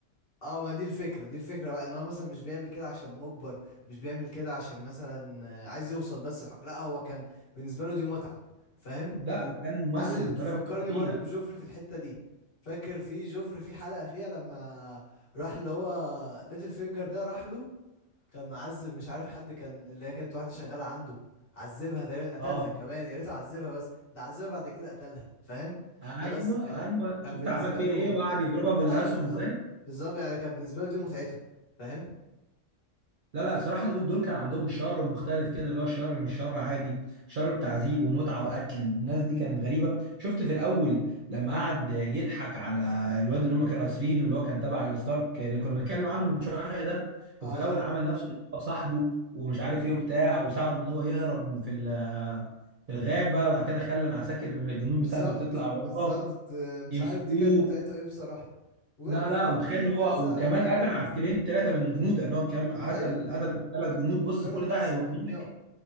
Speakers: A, on the left; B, on the right.
A: اه ما دي الفكرة دي الفكرة بقى ان هو مثلا مش بيعمل كده عشان مجبر مش بيعمل كده عشان مثلا آه، عايز يوصل بس الحكم لا هو كان بالنسبة له دي متعة فاهم
B: لا وكان ممثل
A: عامل
B: بطريقه
A: بيفكرني
B: بنت لذينه
A: برضو بجوفري في الحتة دي فاكر في جوفري في حلقة فيها لما راح اللي هو ليتل فينجر ده راح له كان عذب مش عارف حد كان اللي هي كانت واحدة شغالة عنده عذبها تقريبا قتلها
B: اه
A: كمان يا ريته عذبها بس ده عذبها بعد كده قتلها فاهم
B: ايوه
A: ده بس كان
B: ايوه
A: كان
B: شفت
A: بالنسبة
B: عمل فيها
A: له
B: ايه وقعد يضربها بالاسهم
A: اه بالظبط
B: ازاي
A: بالظبط يعني كان بالنسبة له دي متعته فاهم
B: لا لا الصراحة دول دول كان عندهم الشر مختلف كده اللي هو الشر مش شر عادي شر بتعذيب ومتعة وقتل الناس دي كانت غريبة شفت في الأول لما قعد يضحك على الواد اللي هم كانوا أسرينه اللي هو كان تبع الستارك اللي كنا بنتكلم عنه من شوية ده
A: اه
B: وفي الأول عمل نفسه إن هو صاحبه ومش عارف إيه وبتاع وساعده إن هو يهرب في ال- في الغابة وبعد كده خلى العساكر الجنود
A: بالظبط
B: بتاعته تطلع وراه
A: بالظبط آه، مش
B: يمسكوه
A: عارف دي كانت متعته ايه بصراحة ولا
B: لا
A: وكان
B: لا وتخيل
A: في
B: هو
A: كذا
B: وكمان
A: حتة
B: قتل عسكريين ثلاثه من جنود يعني هو كام قتل
A: ايوه
B: قتل ثلاث جنود بص
A: جرب
B: كل
A: بس
B: ده هيوريك
A: انه يقنعه